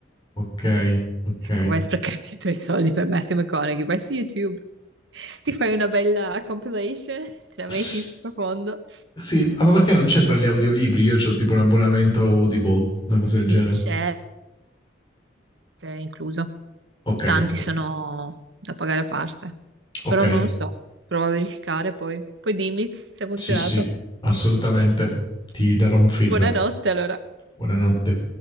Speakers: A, on the left; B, on the right.
A: Ok, ok.
B: come hai sprecato i tuoi soldi per Matthew McConaughey, vai su YouTube, ti fai una bella compilation, te la metti
A: S-
B: in profondo.
A: Sì, ah, ma perché non c'è tra gli audiolibri? Io ho tipo un abbonamento Audible, una cosa del
B: Sì,
A: genere.
B: c'è, c'è incluso.
A: Ok,
B: Tanti
A: p-
B: sono da pagare a parte,
A: ok.
B: però non so, provo a verificare poi. Poi dimmi se ha funzionato.
A: Sì, sì, assolutamente. Ti darò un feedback.
B: Buonanotte allora.
A: Buonanotte.